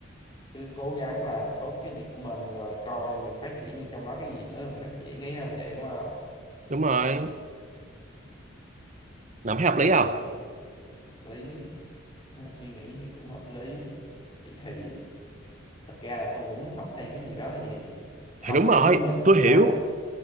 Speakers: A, on the left (about 25°); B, on the right (about 35°).
A: cứ cố gắng làm tốt cái việc của mình rồi coi mình phát triển thì trong đó cái gì nữa mình phát triển ấy không là vậy đúng không
B: đúng rồi làm thấy hợp lý
A: tôi
B: không
A: nghe hợp lý Nếu mà suy nghĩ thì cũng hợp lý vậy thì thật ra là tôi vẫn học thêm cái gì đó thì học
B: thì đúng
A: thêm
B: rồi
A: ngôn ngữ
B: tôi
A: thì
B: hiểu
A: sao